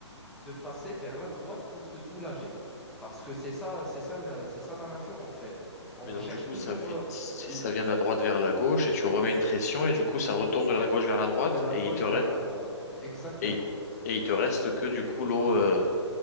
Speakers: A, in the centre; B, on the left (about 35°).
A: de passer vers la droite pour se soulager. Parce que c'est ça, c'est ça, la- c'est ça la nature en fait. On
B: Mais donc
A: cherche
B: du coup,
A: toujours
B: ça, vi-
A: euh,
B: ça
A: l-
B: vient de la droite vers la gauche et tu remets une pression et du coup, ça retourne de la gauche vers la droite
A: de la
B: et
A: gauche
B: il te reste,
A: vers la droite. Exactement.
B: et, et il te reste que du coup l'eau, euh,